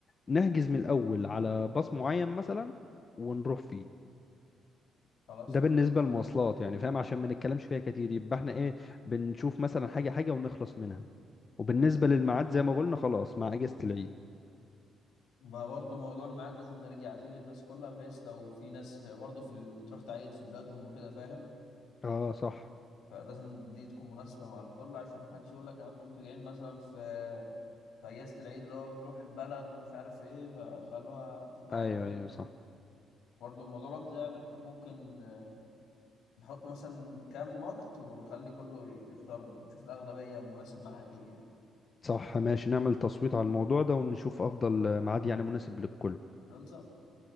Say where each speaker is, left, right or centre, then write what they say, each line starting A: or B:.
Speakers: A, on the left; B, on the left.
A: نحجز من الاول على باص معين مثلا ونروح فيه
B: خلاص
A: ده
B: تمام
A: بالنسبه للمواصلات يعني فاهم عشان ما نتكلمش فيها كتير يبقى احنا ايه بنشوف مثلا حاجه حاجه ونخلص منها وبالنسبه
B: تمام
A: للميعاد زي ما قلنا خلاص مع اجازه العيد
B: بقى برضه موضوع الميعاد لازم نرجع فيه للناس كلها بحيث لو في ناس برضه في ال... بتروح تعيد في بلادهم وكده فاهم
A: اه صح
B: فلازم دي تكون مناسبة مع الكل عشان محدش يقول لك يا عم انتوا جايين مثلا في في أجازة العيد اللي هو نروح البلد ومش عارف ايه فخلوها في ميعاد
A: ايوه
B: تاني
A: ايوه صح
B: برضه الموضوع الوقت ده يعني ممكن آه، نحط مثلا كام وقت ونخلي كله يختار نشوف الأغلبية مناسب معاها ايه يعني
A: صح ماشي نعمل تصويت على الموضوع ده ونشوف افضل ميعاد يعني مناسب للكل
B: دول صعب